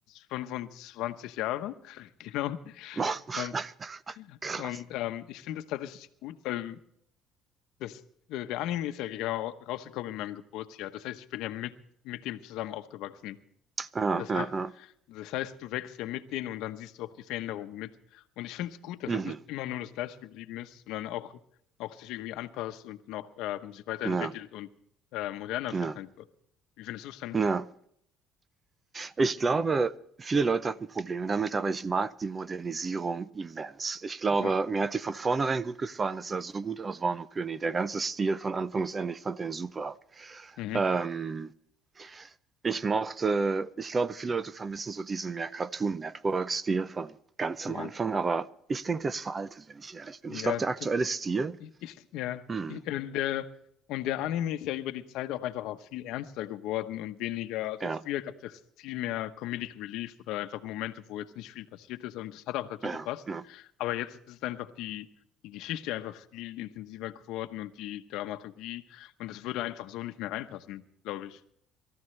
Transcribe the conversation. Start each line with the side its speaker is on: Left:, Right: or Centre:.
Left: 25 Jahre, <laughs> genau.
Right: <laughs> Boah,
Left: Und,
Right: krass.
Left: und ähm, ich finde es tatsächlich gut, weil das, äh, der Anime ist ja genau rausgekommen in meinem Geburtsjahr. Das heißt, ich bin ja mit, mit dem zusammen aufgewachsen.
Right: Ja,
Left: Das,
Right: ja,
Left: hei-
Right: ja.
Left: das heißt, du wächst ja mit denen und dann siehst du auch die Veränderungen mit. Und ich finde es gut, dass
Right: Mhm.
Left: es nicht immer nur das Gleiche geblieben ist, sondern auch, auch sich irgendwie anpasst und dann auch ähm, sich weiterentwickelt
Right: Ja,
Left: und äh, moderner
Right: ja,
Left: wird einfach. Wie findest du es dann?
Right: ja. Ich glaube, viele Leute hatten Probleme damit, aber ich mag die Modernisierung immens. Ich glaube,
Left: Ja.
Right: mir hat die von vornherein gut gefallen. Es sah so gut aus, Wano König. Der ganze Stil von Anfang bis Ende, ich fand den super.
Left: Mhm.
Right: Ähm, ich mochte, ich glaube, viele Leute vermissen so diesen mehr Cartoon Network-Stil von ganz
Left: Ja.
Right: am Anfang, aber ich denke, der ist veraltet, wenn ich ehrlich bin.
Left: Ja,
Right: Ich glaube, der aktuelle
Left: das,
Right: Stil,
Left: Ich, ich, ja,
Right: hm,
Left: ich, äh, der, und der Anime ist ja über die Zeit auch einfach auch viel ernster geworden und weniger, also
Right: ja,
Left: früher gab es ja viel mehr Comedic Relief oder einfach Momente, wo jetzt nicht viel passiert ist und das hat auch dazu
Right: ja,
Left: gepasst.
Right: ja.
Left: Aber jetzt ist einfach die, die Geschichte einfach viel intensiver geworden und die Dramaturgie und das würde einfach so nicht mehr reinpassen, glaube ich.